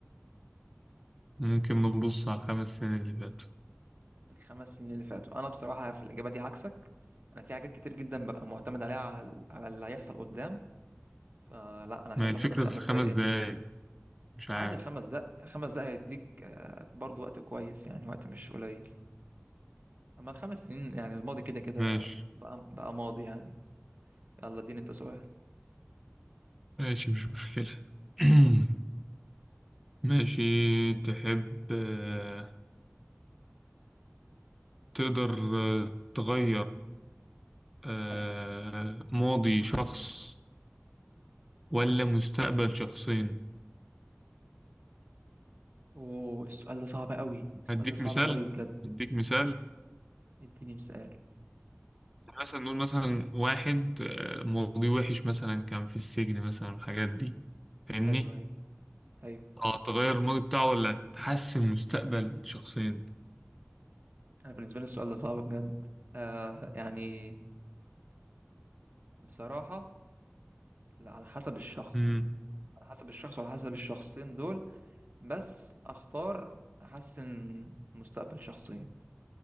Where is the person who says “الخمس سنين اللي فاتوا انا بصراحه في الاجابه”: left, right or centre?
Right